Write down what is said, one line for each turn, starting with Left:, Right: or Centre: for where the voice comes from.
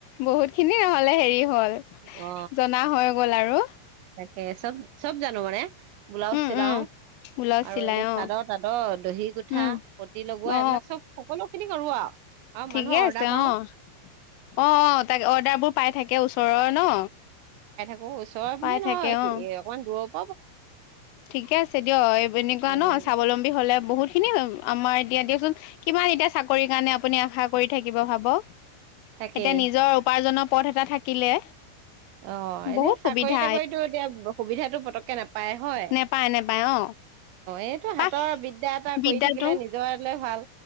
Left: বহুত খিনি হ'লে হেৰিত।। হল
Right: অ
Left: জনা হৈ গ'ল আৰু
Right: এ চব চব জানো মানে ব্লাউজ
Left: উম
Right: চিলাও
Left: উম ব্লাউজ
Right: আৰু
Left: চিলাই
Right: এনে
Left: অ
Right: চাদৰ তাদৰ দহি গোঠা
Left: উম
Right: পতিি লগোৱা
Left: অ
Right: এইবিলাক চব সকলো খিনি <unintelligible>
Left: ঠিকে
Right: মানুহৰ অৰ্ডাৰ
Left: আছে
Right: পাও
Left: অঁ অঁ অ তাক অৰ্ডাৰ বোৰ পাই থাকে তে ওচৰৰ ন
Right: অ চৰ বুল
Left: পাই
Right: নহয়
Left: থাকে অ
Right: অকণ দূৰত
Left: ঠিকে আছে দিয় এনেকুৱা
Right: উম
Left: ন স্বাৱলম্বী হলে বহুত খিনি আমাৰ এতিয়া দিয়কচোন কিমান এতিয়া চাকৰি কাৰণে আপুনি আশা কৰি থাকিব ভাবক
Right: তাকেই
Left: এতিয়া নিজৰ উপাৰ্জনৰ পথ এটা থাকিলে
Right: অ এনেই
Left: বহুত
Right: চাকৰি
Left: সুবিধা
Right: তাকৰিতটো এতিয়া সুবিধাতটো পতককে নাপায় হয়
Left: নেপায় নেপায় অ
Right: এইটো
Left: পাক
Right: হাতৰ বিদ্যা এটা কৰি
Left: বিদ্যাটো
Right: থাকিলে নিজৰলে ভাল